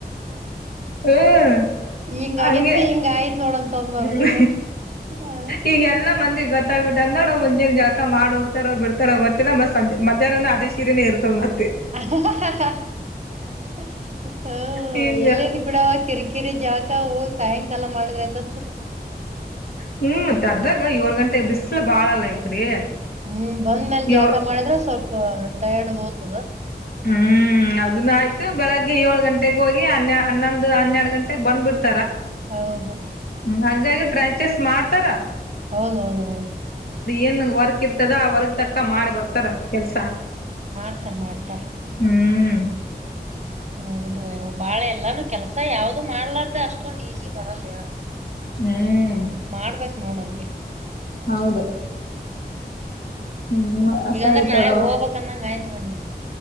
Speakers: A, on the left; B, on the right.
A: ಹ್ಮ
B: ಹಿಂಗ
A: ಹಂಗೆ
B: ಆಗಿತ್ತು ಹಿಂಗ ಆಯ್ತ್ ನೋಡಂತ ಅಂದವ್ರ
A: ಹ್ಮ
B: ಬಂದು ಹ್ಮ್
A: ಈಗ ಎಲ್ಲ ಮಂದಿ ಗೊತ್ತ ಬಿಟ್ಟ ಅ ನ ಮುಂಜೆ ಜಳಕ ಮಾಡಿ ಹ್ತಾರೋ ಬಿಡ್ತಾರೋ ಗತ್ತಿಲ್ಲತ್ತೆಜೆ ಮಧ್ಯಾಹ್ನ ಅದೇ ಸೀರೆನೇ ಇರ್ತದೆತ್ತೆ
B: ಹ್ಮ <inaudible>
A: ಹಿಂಗ
B: ಎಲ್ಲೆದ ಬಿಡಾವ ಕರಿ ಕಿರೆ ಜಾಕ ಹೋಗಿ ಸಾಯಂಕಾಲ ಮಾಡಿದ್ರ ಆ್ತ
A: ಹ್ಮ್ ಮತ್ತೆ ಅದ್ರಾಗ ಏಳ್ ಗಂಟೆಗೆ ಬಿಸ್ಲ ಬಾಳಲ್ಲ ಈ ಕಡೆ
B: ಹ್ಮ್ ಬಂದ ಮೇಲ್ ಜಾಕ
A: ಏಳ್
B: ಮಾಡಿದ್ರೆ ಸ್ವಲ್ಪ ಟೈರ್ಡ್ ಹೋತದ
A: ಹ್ಮ್ ಅದನ್ನ ಆಯ್ತು ಬೆಳಗ್ಗೆ ಏಳ್ ಗಂಟೆಗೆ ಹೋಗಿ ಹನ್ನೊಂದು ಹನ್ನೆರಡು ಗಂಟೆಗೆ ಬಂದ್ಬಿಡ್ತು
B: ಹೌದು
A: ಹ್ಮ ಹಂಗಾಗಿ ಟ್ರ್ಯಾಂಚಸ್ ಮಾಡ್ತಾರಾ
B: ಹೌದೌದ ಹೌದು
A: ಏನ್ ವರ್ಕ್ ಇರ್ತದ ಆ ವರ್ಕ್ ತಕ್ಕ ಮಾಡಿ ಬರ್ತಾರ ಕೆಲ್ಸ
B: ಮಾಡ್ತಾರ ಮಾಡ್ತಾರ
A: ಹ್ಮ್
B: ಹೌದುಯ ಬಾಳ ಎಲ್ಲಾನು ಕೆಲ್ಸ ಯಾವ್ದು ಮಾಡ್ಲಾರ್ದ ಅಷ್ಟೊಂದ್ ಈಜಿ ಬರಲ್ಲ ಹೇಳ
A: ಹ್ಮ್
B: ಮಾಡ್ಬೇಕು ನೋಡಂಗೆ
A: ಹೌದು ಹ್ಮ್
B: ಈಗಂದ್ರೆ
A: ಸರಿ
B: ನಾಳೆ
A: ತರವ
B: ಹೋಗ್ಬೇಕಂದಂಗ ಗಾಯ್ತ್ವಾ ನೀನ್